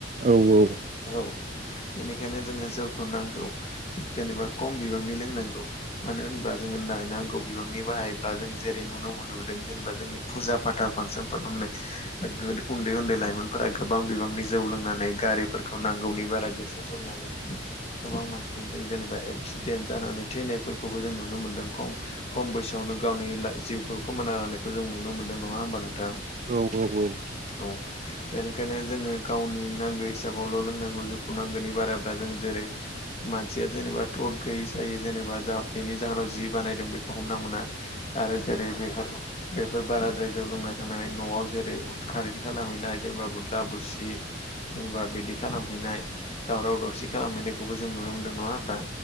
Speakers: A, on the right; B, on the left.
A: औ औ।
B: औ बेनिखायनो जोङो जौखौ नांगौ जेनेबा खम बिबांनि लोंनांगौ। मानो होनबा जोङो नायनांगौ बिबांनि बाहायब्ला जों जेरै नुनो मोनबोदों जेनेबा जोंनि फुजा पाथाल फांसनफोराखौ नो नाय। नोगोद उन्दै उन्दै लाइमोनफोरा गोबां बिबांनि जौ लोंनानै गारिफोरखौ नांगौनि बारा गोसो <unintelligible> गोबां मानसिफोर जों जेनेबा एक्सिडेन्ट जानानै थैनायफोरखौबो जों नुनो मोनदों खम खम बैसोआवनो गावनिलाय जिउखौ खोमाना लानायखौ जों नुनो मोन्दों नङा होमबा नोंथां?
A: औ औ औ।
B: औ बेनिखायनो जोङो गावनि नांगौ हिसाबावल' लोंनांगौ जौखौ नांगौनि बाराब्ला जोङो जेरै मानसिया जेनेबा थद गैयि जायो जेनेबा जा बेनि जाहोनाव जि बानायदों बेखौ हमना मोना। आरो जेरै बेफोर बेफोर बाराद्राय जौ लोंना थांनानै न'आव जेरै उदखारि इदि खालामहैनाय जेनेबा बुदला बुसि जेनेबा बिदि खालामहैनाय दावराव दावसि खालामहैनायखौबो जों नुनो मोनदों नङा होमबा।